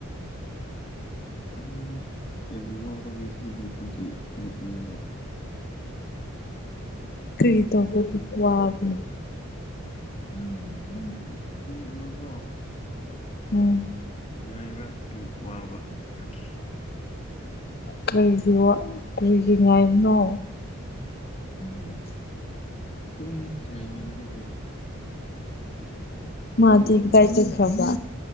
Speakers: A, on the left; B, on the left.
A: ꯎꯝ ꯌꯥꯝ ꯋꯥꯕ ꯉꯁꯤꯗꯣ ꯑꯗꯨꯒꯤ ꯅꯣꯛꯅꯤꯡꯕ
B: ꯀꯔꯤ ꯇꯧꯕꯒꯤ ꯋꯥꯕꯅꯣ
A: ꯎꯝꯍꯨꯝ ꯃꯤ ꯑꯃꯀꯣ
B: ꯎꯝ
A: ꯉꯥꯏꯕ ꯗꯨ ꯋꯥꯕ ꯑꯗꯨꯒꯤ꯫
B: ꯀꯔꯤꯒꯤ ꯋꯥ ꯀꯔꯤꯒꯤ ꯉꯥꯏꯕꯅꯣ
A: ꯈꯪꯗꯦ ꯇꯨꯝ ꯂꯩꯅꯤꯡꯕꯒꯤ꯫
B: ꯃꯥꯗꯤ ꯀꯗꯥꯏ ꯆꯠꯈ꯭ꯔꯥꯕ